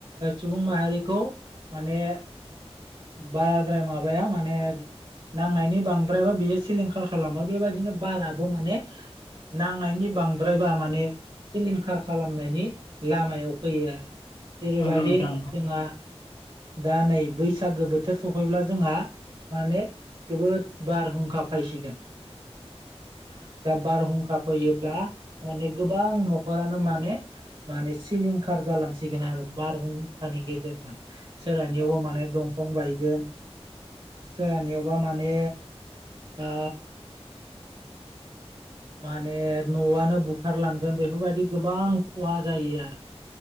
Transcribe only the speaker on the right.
सुबुं माहारिखौ माने बाराद्राय माबाया माने नांनायनि बांद्रायबा बियो सिलिंखार खालामो बेबायदिनो बाराबो माने नांनायनि बांद्रायबा माने सिलिंखार खालामनायनि लामायाव फैयो आरो जेरैबायाददि
जोंहा दा नै बैसागो बोथोर सफैब्ला जोंहा माने जबोद बारहुंखा फैसिगोन।
दा बारहुंखा फैयोब्ला माने गोबां नखरानो माने माने सिलिंखा खार जालांसिगोन आरो बारहुंखानि गेजेरजों। सोरानियावबो माने दंफां बायगोन सोरलानियावबा माने ओ माने न'आनो बुखारलांगोन बेफोरबायदि गोबां खहा जायो आरो।